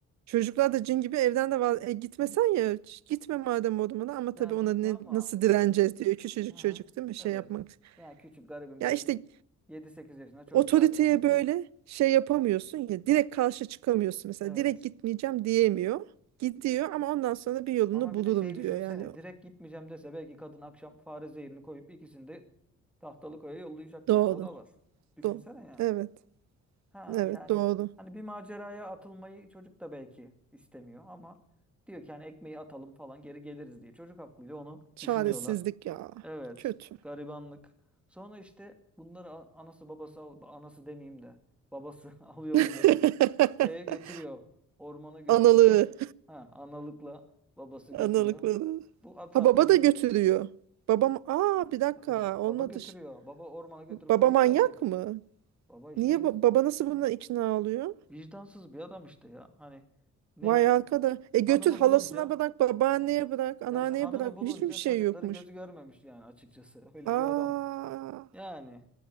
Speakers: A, on the right; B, in the centre.
A: Çocuklar da cin gibi evden de var. E, gitmesen ya ç- gitme madem odamına ama
B: Ya
A: tabii
B: gitme
A: ona ne,
B: ama.
A: nasıl direneceğiz diyor. Küçücük
B: Aha.
A: çocuk değil mi şey
B: Evet.
A: yapmak.
B: Yani küçük garibim
A: Ya
B: belki
A: işte
B: yedi sekiz yaşında çocuklar
A: otoriteye
B: yani.
A: böyle şey yapamıyorsun ya direkt karşı çıkamıyorsun mesela
B: Evet.
A: direkt gitmeyeceğim diyemiyor. Gidiyor ama ondan sonra bir yolunu
B: Ama
A: bulurum
B: bir de şeyi düşünsene.
A: diyor yani.
B: Direkt gitmeyeceğim dese belki kadın akşam fare zehirini koyup ikisini de tahtalı koya yollayacak
A: Doğru.
B: yani. O da var. Düşünsene
A: Doğru.
B: yani.
A: Evet.
B: Ha
A: Evet
B: yani
A: doğru.
B: hani bir maceraya atılmayı çocuk da belki istemiyor ama diyor ki hani ekmeği atalım falan geri geliriz diye. Çocuk aklıyla onu
A: Çaresizlik
B: düşünüyorlar.
A: ya.
B: Evet,
A: Kötü.
B: garibanlık. Sonra işte bunları a- anası babası al- anası demeyeyim de babası <laughs> alıyor bunları
A: <laughs>
B: şeye götürüyor. Ormana götürüyor.
A: Analığı.
B: Ha, analıkla babası
A: Analıkları.
B: götürüyor. Bu ata
A: Ha
B: ata
A: baba
B: gi-
A: da götürüyor. Babam aa bir dakika
B: tabii
A: olmadı.
B: baba götürüyor.
A: ş-
B: Baba ormana götürüp
A: Baba
B: koyup
A: manyak
B: gelecek.
A: mı?
B: Baba işte
A: Niye
B: ins-
A: ba- baba nasıl buna ikna oluyor?
B: vicdansız bir adam işte ya. Hani ne
A: Vay arkada. E götür
B: hanımı
A: halasına
B: bulunca
A: bırak, babaanneye bırak, anneanneye
B: ya işte hanımı
A: bırak.
B: bulunca
A: Hiçbir şey
B: çocukları
A: yokmuş.
B: gözü görmemiş yani açıkçası. <laughs> Öyle
A: Aa,
B: bir adam. Yani